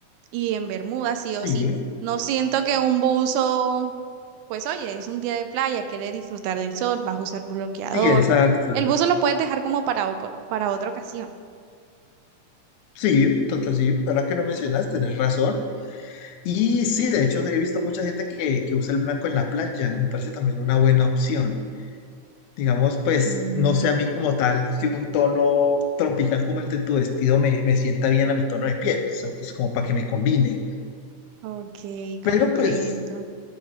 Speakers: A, on the right (about 80°); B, on the left (about 75°).
A: Y en Bermuda, sí
B: sí,
A: o sí. No siento que un buzo, pues oye, es un día de playa, quieres disfrutar del sol, vas a usar bloqueador.
B: sí, exacto.
A: El buzo lo puedes dejar como para, oco- para otra ocasión.
B: Sí, total, sí, ahora que lo mencionas, tenés razón. Y sí, de hecho he visto mucha gente que, que usa el blanco en la playa, me parece también una buena opción. Digamos, pues,
A: Sí.
B: no sé a mí como tal, si un tono tropical como el de tu vestido me, me sienta bien a mi tono de piel, o sea, pues como para que me combine.
A: Ok,
B: Pero
A: comprendo.
B: pues,